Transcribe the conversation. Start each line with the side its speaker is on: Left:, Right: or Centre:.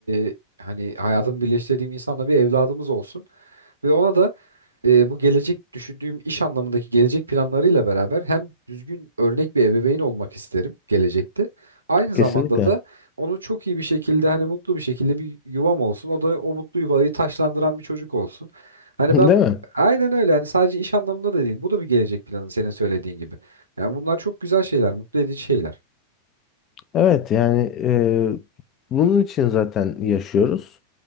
Right: e, hani hayatımı birleştirdiğim insanla bir evladımız olsun. Ve ona da e, bu gelecek düşündüğüm iş anlamındaki gelecek planlarıyla beraber hem düzgün örnek bir ebeveyn olmak isterim gelecekte. Aynı zamanda
Left: Kesinlikle.
Right: da onu çok iyi bir şekilde hani mutlu bir şekilde bir yuvam olsun. O da o mutlu yuvayı taşlandıran bir çocuk olsun. Hani
Left: <laughs>
Right: ben
Left: Değil mi?
Right: aynen öyle hani sadece iş anlamında da değil. Bu da bir gelecek planı senin söylediğin gibi. Yani bunlar çok güzel şeyler, mutlu edici şeyler.
Left: Evet yani e, bunun için zaten yaşıyoruz.